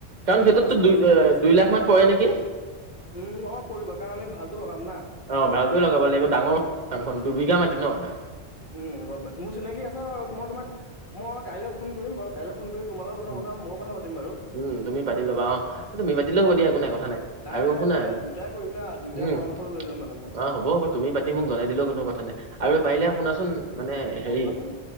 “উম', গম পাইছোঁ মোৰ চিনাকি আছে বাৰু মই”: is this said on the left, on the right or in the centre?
Left